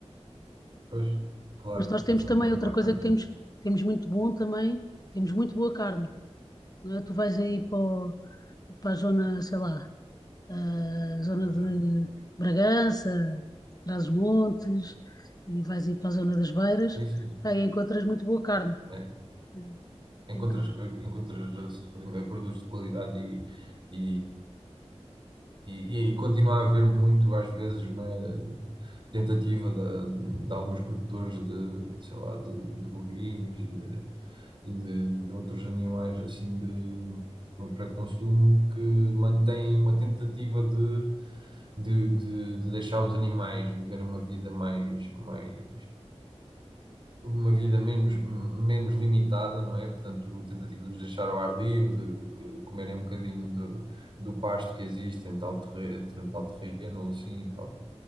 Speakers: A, on the right; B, on the left.
A: Pois, claro.
B: Mas nós temos
A: E também
B: também
A: pode
B: outra
A: levar
B: coisa
A: carne,
B: que temos,
A: não é?
B: temos muito bom também, temos muito boa carne, não é? Tu vais aí para, o- para a zona, sei lá. a zona
A: Pois
B: de
A: é.
B: Bragança, Trás-os-Montes, e vais ir para a zona das Beiras,
A: Sim, sim.
B: pá, e encontras muito boa carne.
A: É,
B: né? Muito
A: encontras,
B: boa carne.
A: co- encontras assim, ali, produtos de qualidade e, e, e, e, e continua a haver muito, às vezes, não é, tentativa de, de alguns produtores de, sei lá, de, de bovinos e de, e de, de outros animais assim de, para consumo que mantém uma tentativa de, de, de, de deixar os animais viverem uma vida mais, mais uma vida menos, menos limitada, não é? Portanto, tentativa de deixar ao ar livre, de, de comerem um bocadinho do, do pasto que existe em tal terreno, em tal terreno ou assim, em tal,